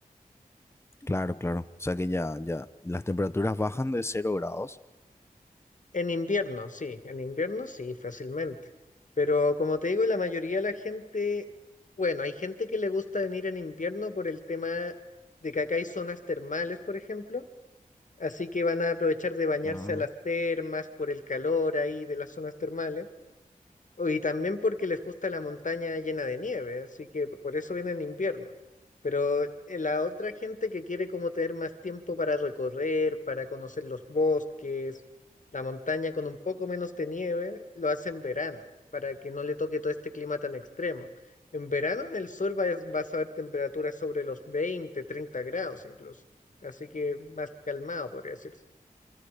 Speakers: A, on the left; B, on the left.
A: Claro, claro. O sea que ya, ya, las temperaturas bajan de cero grados.
B: En invierno, sí, en invierno sí, fácilmente. Pero como te digo, la mayoría de la gente, bueno, hay gente que le gusta venir en invierno por el tema de que acá hay zonas termales, por ejemplo, así que van a aprovechar de bañarse
A: Ah.
B: a las termas por el calor ahí de las zonas termales. Oh, Y también porque les gusta la montaña llena de nieve, así que por eso viene en invierno. Pero eh, la otra gente que quiere como tener más tiempo para recorrer, para conocer los bosques, la montaña con un poco menos de nieve, lo hace en verano, para que no le toque todo este clima tan extremo. En verano en el sur vas, vas a ver temperaturas sobre los 20 30 grados incluso. Así que más calmado, podría decirse.